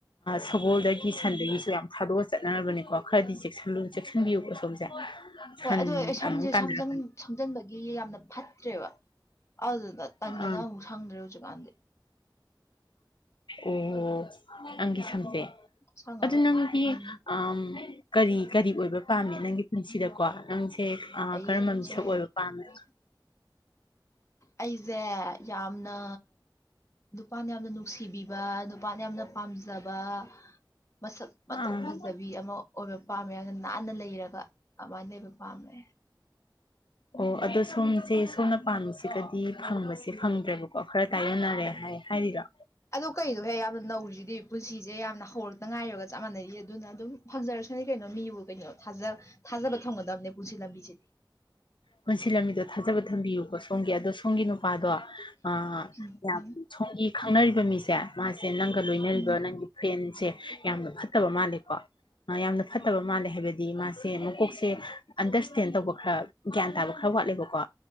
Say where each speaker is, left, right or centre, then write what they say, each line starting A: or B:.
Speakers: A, on the left; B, on the left.
A: ꯁꯒꯣꯜꯗꯒꯤ ꯁꯟꯗꯒꯤꯁꯨ
B: ꯎꯝ
A: ꯌꯥꯝ ꯊꯥꯗꯣꯛꯑ ꯆꯠꯅꯔꯕꯅꯤꯀꯣ ꯈꯔꯗꯤ ꯆꯦꯛꯁꯤꯟꯕꯤꯌꯨꯀ ꯁꯣꯝꯁꯦ ꯁꯟ
B: ꯍꯣꯏ ꯑꯗꯨ ꯑꯩ ꯑꯩ ꯁꯝꯁꯦ
A: ꯑꯃꯨꯛ ꯇꯥꯟꯅꯔꯛꯀꯅꯤ
B: ꯁꯝꯖꯟꯕꯒꯤ ꯌꯥꯝꯅ ꯐꯠꯇ꯭ꯔꯦꯕ ꯑꯗꯨꯅ ꯇꯟꯟꯅꯗꯅ
A: ꯑꯥ
B: ꯑꯃꯨꯛ ꯁꯪꯗ꯭ꯔꯦ ꯍꯧꯖꯤꯛꯀꯥꯟꯗꯤ
A: ꯑꯣ ꯑꯪꯒꯤ ꯁꯝꯁꯦ
B: ꯁꯪꯉꯔꯣꯏ
A: ꯑꯗꯨ ꯅꯪꯒꯤ
B: ꯎꯝ
A: ꯑ ꯀꯔꯤ ꯀꯔꯤ ꯑꯣꯏꯕ ꯄꯥꯝꯃꯦ ꯅꯪꯒꯤ ꯄꯨꯟꯁꯤꯗꯀꯣ ꯅꯪꯁꯦ
B: ꯑꯩꯁꯦ
A: ꯀꯔꯝꯕ ꯁꯛ ꯑꯣꯏꯕ ꯄꯥꯝꯃꯦ
B: ꯑꯩꯁꯦ ꯌꯥꯝꯅ ꯅꯨꯄꯥꯅ ꯌꯥꯝꯅ ꯅꯨꯡꯁꯤꯕꯤꯕ ꯅꯨꯄꯥꯅ ꯌꯥꯝꯅ ꯄꯥꯝꯖꯕ ꯃꯁꯛ ꯃꯇꯧ
A: ꯑꯥ
B: ꯐꯖꯕꯤ ꯑꯃ ꯑꯣꯏꯕ ꯄꯥꯝꯃꯦ ꯑꯗꯨꯅ ꯅꯥꯟꯅ ꯂꯩꯔꯒ ꯑꯗꯨꯃꯥꯏꯅ ꯂꯩꯕ ꯄꯥꯝꯃꯦ
A: ꯑꯣ ꯑꯗꯣ ꯁꯣꯝꯁꯦ ꯁꯣꯝꯅ ꯄꯥꯝꯃꯤꯁꯤꯒꯗꯤ ꯐꯪꯕꯁꯦ ꯐꯪꯗ꯭ꯔꯦꯕꯀꯣ ꯈꯔ ꯇꯥꯏꯌꯣꯟꯅꯔꯦ ꯍꯥꯏ ꯍꯥꯏꯔꯤꯔꯣ
B: ꯑꯗꯨ ꯀꯩꯗꯣ ꯍꯦꯛ ꯌꯥꯝꯅ ꯅꯧꯔꯤꯁꯤꯗꯤ ꯄꯨꯟꯁꯤꯁꯦ ꯌꯥꯝꯅ ꯍꯧꯔꯛꯇ ꯉꯥꯏꯔꯤꯕꯒ ꯆꯞ ꯃꯥꯟꯅꯔꯤ ꯑꯗꯨꯅ ꯑꯗꯨꯝ ꯐꯪꯖꯔꯁꯅꯤ ꯀꯩꯅꯣ ꯃꯤꯕꯨ ꯀꯩꯅꯣꯥ ꯊꯥꯖ ꯊꯥꯖꯕ ꯊꯝꯒꯗꯕꯅꯦ ꯄꯨꯟꯁꯤ ꯂꯝꯕꯤꯁꯤꯗꯤ
A: ꯄꯨꯟꯁꯤꯜꯂꯝꯃꯤꯗꯣ ꯊꯥꯖꯕ ꯊꯝꯕꯤꯌꯨꯀꯣ ꯁꯣꯝꯒꯤ ꯑꯗꯣ ꯁꯣꯝꯒꯤ ꯅꯨꯄꯥꯗꯣ ꯑ
B: ꯎꯝ
A: ꯌꯥꯝ ꯁꯣꯝꯒꯤ ꯈꯪꯅꯔꯤꯕ ꯃꯤꯁꯦ ꯃꯥꯁꯦ ꯅꯪꯒ ꯂꯣꯏꯅꯔꯤꯕ
B: ꯎꯝ
A: ꯅꯪꯒꯤ ꯐꯦꯟꯁꯦ ꯌꯥꯝꯅ ꯐꯠꯇꯕ ꯃꯥꯜꯂꯦꯀꯣ ꯌꯥꯝꯅ ꯐꯠꯇꯕ ꯃꯥꯜꯂꯦ ꯍꯥꯏꯕꯗꯤ ꯃꯥꯁꯦ ꯃꯀꯣꯛꯁꯦ ꯑꯟꯗꯔꯁꯇꯦꯟ ꯇꯧꯕ ꯈꯔ ꯒ꯭ꯌꯥꯟ ꯇꯥꯕ ꯈꯔ ꯋꯥꯠꯂꯦꯕꯀꯣ